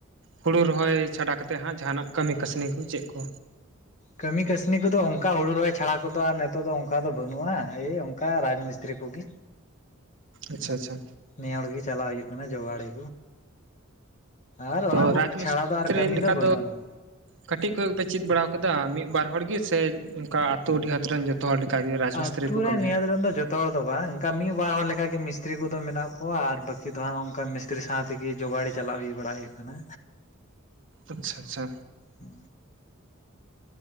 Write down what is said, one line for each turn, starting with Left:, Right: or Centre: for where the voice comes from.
Right: ᱦᱩᱲᱩ ᱨᱚᱦᱚᱭ ᱪᱷᱟᱰᱟ ᱠᱟᱛᱮᱫ ᱦᱟᱸᱜ ᱡᱟᱦᱟᱱᱟᱜ ᱠᱟᱹᱢᱤ ᱠᱟᱹᱥᱱᱤ ᱠᱚ ᱪᱮᱫ ᱠᱚ
Left: ᱠᱟᱹᱢᱤ ᱠᱟᱹᱥᱱᱤ ᱠᱚᱫᱚ ᱚᱱᱠᱟ ᱦᱩᱲᱩ ᱨᱚᱦᱚᱭ ᱪᱷᱟᱲᱟ ᱠᱚᱫᱚ ᱟᱨ ᱱᱤᱛᱚᱜ ᱫᱚ ᱚᱱᱠᱟ ᱫᱚ ᱵᱟᱹᱱᱩᱜᱼᱟ ᱮᱭ ᱚᱱᱠᱟ ᱨᱟᱡᱽ ᱢᱤᱥᱛᱨᱤ ᱠᱚᱜᱮ
Right: ᱟᱪᱪᱷᱟ ᱟᱪᱪᱷᱟ
Left: ᱱᱤᱭᱟᱹ ᱦᱚᱲ ᱜᱮ ᱪᱟᱞᱟᱜ ᱦᱩᱭᱩᱜ ᱠᱟᱱᱟ ᱡᱚᱜᱟᱲᱤ ᱟᱨ ᱚᱱᱟ
Right: ᱛᱚ
Left: ᱠᱚ
Right: ᱨᱟᱡᱽ ᱢᱤᱥᱛᱨᱤ
Left: ᱪᱷᱟᱲᱟ ᱫᱚ ᱟᱨ ᱠᱟᱹᱢᱤ
Right: ᱞᱮᱠᱟ
Left: ᱫᱚ ᱵᱟᱹᱱᱩᱜᱼᱟ
Right: ᱠᱟᱹᱴᱤᱡ ᱠᱷᱚᱱᱚᱡ ᱜᱮᱯᱮ ᱪᱮᱫ ᱵᱟᱲᱟ ᱟᱠᱟᱫᱟ ᱢᱤᱫ ᱵᱟᱨ ᱦᱚᱲ ᱜᱮ ᱥᱮ ᱚᱱᱠᱟ ᱟᱛᱩ ᱰᱤᱦᱟᱹᱛ ᱨᱮᱱ ᱡᱚᱛᱚ ᱡᱚᱛᱚ ᱦᱚᱲ ᱞᱮᱠᱟᱜᱮ ᱨᱟᱡᱽ ᱢᱤᱥᱛᱤᱨᱤ
Left: ᱟᱛᱩ
Right: ᱠᱚ
Left: ᱨᱮ
Right: ᱠᱟᱹᱢᱤᱭᱟ
Left: ᱱᱤᱭᱟᱹ ᱨᱮᱱ ᱫᱚ ᱡᱚᱛᱚ ᱦᱚᱲ ᱫᱚ ᱵᱟᱝ ᱚᱱᱠᱟ ᱢᱤᱫ ᱵᱟᱨ ᱦᱚᱲ ᱞᱮᱠᱟᱜᱮ ᱢᱤᱥᱛᱨᱤ ᱠᱚᱫᱚ ᱢᱮᱱᱟᱜ ᱠᱚᱣᱟ ᱟᱨ ᱵᱟᱹᱠᱤ ᱫᱚ ᱦᱟᱸᱜ ᱚᱱᱠᱟ ᱢᱤᱥᱼᱼ ᱢᱤᱥᱛᱨᱤ ᱥᱟᱶ ᱛᱮᱜᱮ ᱡᱳᱚᱜᱟᱲᱤ ᱪᱟᱞᱟᱜ ᱦᱩᱭ ᱵᱟᱲᱟ ᱦᱩᱭᱩᱜ ᱠᱟᱱᱟ
Right: ᱟᱪᱪᱷᱟ ᱟᱪᱪᱷᱟ
Left: ᱦᱚ